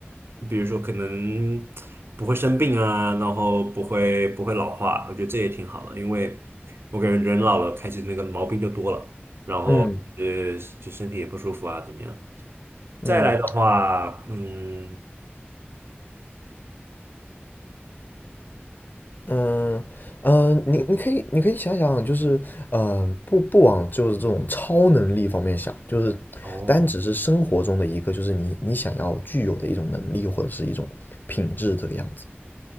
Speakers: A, on the right; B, on the left.
A: 比如说可能不会生病啊，然后不会不会老化，我觉得这也挺好的，因为我感觉人老了开始那个毛病就多了，然后呃就身体也不舒服啊，
B: 嗯
A: 怎么样？
B: 嗯
A: 再来的话，嗯，
B: 嗯呃，你你可以你可以想想，就是嗯，不不往就是这种超能力方面想，就是
A: 哦
B: 单只是生活中的一个，就是你你想要具有的一种能力或者是一种品质这个样子。